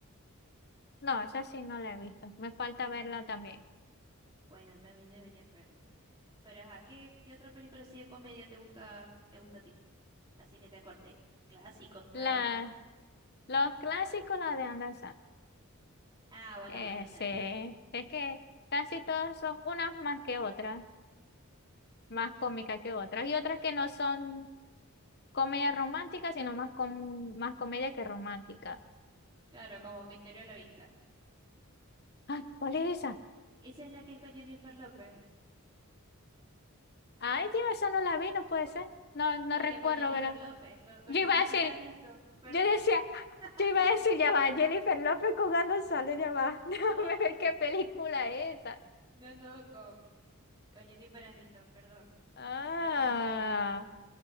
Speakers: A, on the left; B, on the right.
A: No, esa sí no la he visto. Me falta
B: Poco.
A: verla también.
B: Bueno, también deberías verla. Pero ajá, ¿qué, qué otra película así de comedia te gusta, te gusta a ti? Así que te acordé. Clásicos, nuevas.
A: La, los clásicos, la de Adam Sandler.
B: Ah, bueno,
A: Ese,
B: imagínate.
A: es que casi todas son unas más que otras, más cómicas que otras, y otras que no son comedia romántica, sino más, com- más comedia que romántica.
B: Claro, como Misterio a la Vista.
A: Ah, ¿cuál es esa?
B: Esa es la que es con Jennifer López.
A: Ay, tío, esa no la vi, no puede ser. No, no
B: Y
A: recuerdo,
B: que con Jennifer
A: ¿verdad?
B: López, con, con
A: Yo
B: Jennifer
A: iba a decir,
B: Aniston, perdón.
A: Yo decía,
B: <laughs>
A: yo iba a decir, ya va, Jennifer López con Adam Sandler, ya va, <laughs> déjame
B: No,
A: ver qué película es esa.
B: no, no, con, con Jennifer Aniston, perdón.
A: Ah,
B: Se me,